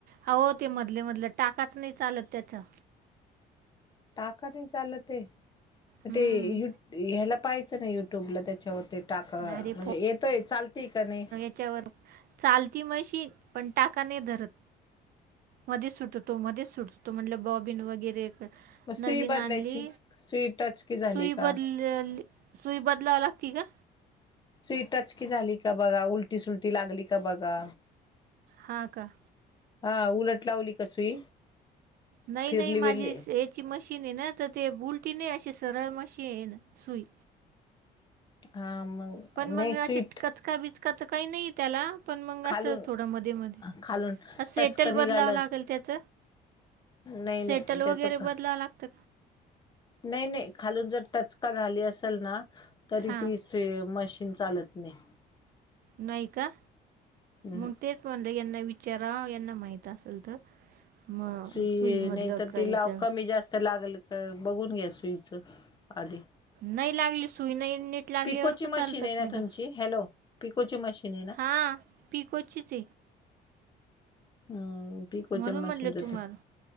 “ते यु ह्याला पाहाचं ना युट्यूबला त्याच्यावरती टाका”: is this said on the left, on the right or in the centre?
Left